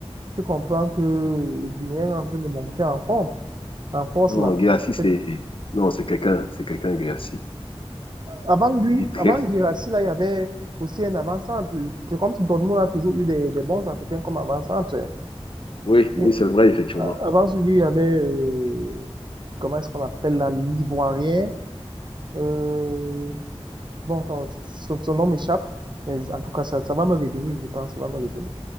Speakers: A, on the right; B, on the left.
A: tu comprends que le Guinéen est en train de monter en forme, en force
B: Non,
A: là.
B: Guirassy, c'est.
A: Peut-
B: Non, c'est quelqu'un, c'est quelqu'un, Guirassy.
A: Avant lui,
B: Il est très
A: avant
B: fort.
A: Guirassy, là, il y avait aussi un avant-centre. C'est comme si Dortmund a toujours eu des, des bons Africains comme avant-centre. hein.
B: Oui,
A: Il-
B: oui, c'est vrai, effectivement.
A: a- Avant lui, il y avait, euh, comment est-ce qu'on appelle là, l'Ivoirien. Euh, Bon, son, son, son nom m'échappe, mais en tout cas, ça, ça va me revenir, je pense, ça va me revenir.